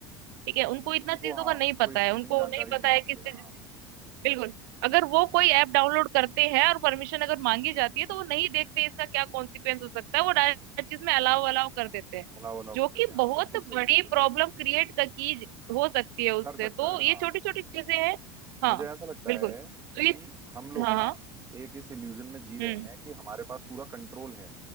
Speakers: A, on the right; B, on the right.
A: ठीक है उनको इतना
B: उनको
A: चीजों
B: हाँ
A: का नहीं
B: उनको
A: पता
B: इसकी
A: है
B: इतनी
A: उनको
B: जानकारी
A: नहीं पता
B: नहीं
A: है
B: होती
A: कि
B: है हाँ
A: बिल्कुल अगर वो कोई ऐप डाउनलोड करते हैं और परमिशन अगर मांगी जाती है तो वो नहीं देखते इसका क्या कॉन्सिक्वेंस हो सकता है वो डायरेक्ट हर चीज में अलाउ अलाउ कर देते हैं
B: भला वलाव
A: जो
B: कर देते
A: कि
B: हैं
A: बहुत
B: हाँ बिल्कुल सही
A: बड़ी
B: बिल्कुल सही
A: प्रॉब्लम
B: कहा
A: क्रिएट की हो सकती
B: आपने।
A: है उससे
B: कर सकता
A: तो
B: है
A: ये
B: हाँ
A: छोटी छोटी चीजें हैं
B: मुझे
A: हाँ
B: ऐसा लगता
A: बिल्कुल
B: है
A: तो
B: कि
A: ये
B: हम लोग
A: हाँ
B: ना
A: हाँ
B: एक इस इल्यूजन में जी रहे
A: हम्म
B: हैं कि हमारे पास पूरा कंट्रोल है